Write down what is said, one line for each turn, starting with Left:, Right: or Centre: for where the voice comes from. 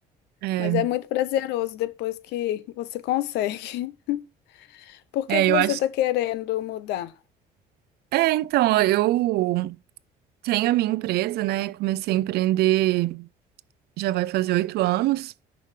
Right: É,
Left: mas é muito prazeroso depois que você consegue. <laughs> Por
Right: é,
Left: que que
Right: eu
Left: você
Right: acho.
Left: está querendo mudar?
Right: É, então, ó, eu tenho a minha empresa, né? Comecei a empreender já vai fazer oito anos.